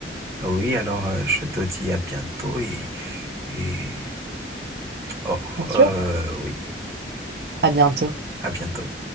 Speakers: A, on the right; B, on the right.
A: Ah Oui, alors euh, je te dis à bientôt et, et oh,
B: Bien sûr.
A: euh, oui,
B: À bientôt.
A: à bientôt.